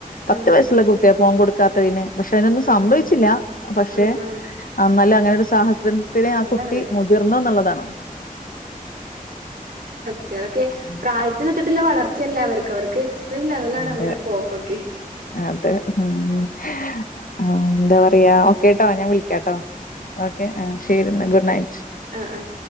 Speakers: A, on the left (about 70°); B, on the right (about 80°).
A: പത്ത്
B: ആഹ്
A: വയസുള്ള കുട്ടിയ ഫോം കൊട്ക്കാത്തെയ്ന് പക്ഷെ അയ്നൊന്നും
B: ആഹ്
A: സംഭവിച്ചില്ല
B: ആഹ് ആഹ്
A: പക്ഷെ
B: ആഹ് ആഹ്
A: എന്നാലങ്ങനൊരു സാഹസത്തിന് ത്തിന് ആഹ്
B: അതാണ്
A: കുട്ടി മുതിർന്ന് എന്നുള്ളതാണ്.
B: കുട്ടിയളൊക്കെ
A: ഉം.
B: പ്രായത്തിനൊത്ത്ട്ട്ള്ള വളർച്ചയല്ല അവർക്ക് അവർക്ക് ലെവലാണ്
A: അതെ
B: അവരുടെ പോക്കൊക്കെ
A: അത് ഹും ഉം ആഹ് ന്താ പറയാ ഓക്കെ ട്ടോ ഞാൻ വിളിക്കാട്ടോ ഓക്കെ ആഹ് ശരിന്നാ ഗുഡ് നൈറ്റ്.
B: ആഹ് ആഹ്